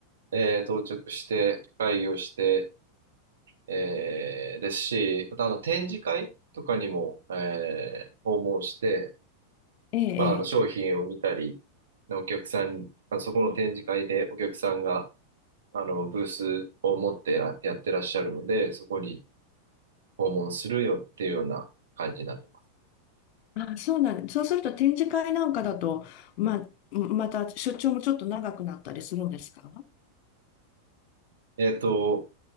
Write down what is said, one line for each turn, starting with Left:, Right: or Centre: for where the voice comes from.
Right: えー到着して、会議をして、えーですし、またあの展示会とかにも、えー訪問して、
Left: ええ、
Right: まあ、あの商品を見たり、
Left: ええ
Right: お客さん、まあそこの展示会でお客さんがあのブースを持ってらやってらっしゃるので、そこに訪問するよっていうような感じになってます。
Left: ああ、そうなんそうすると展示会なんかだと、まあ、また出張もちょっと長くなったりするんですか
Right: えっと、